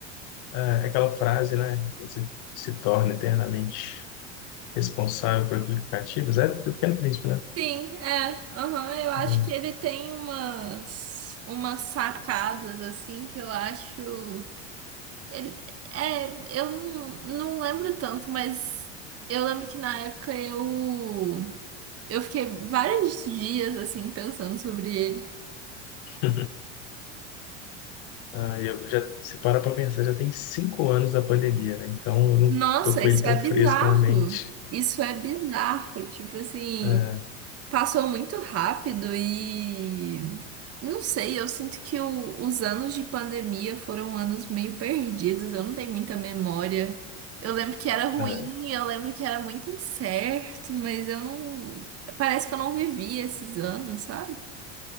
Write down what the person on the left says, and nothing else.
É, é aquela frase, né? Você se torna eternamente responsável por aplicativos. É do Pequeno Príncipe, né?
Hum.
<laughs> Ah, eu já, se para pra pensar, já tem cinco anos da pandemia, né? Então eu não
tô com
ele tão
fresco
na mente.
É,
é.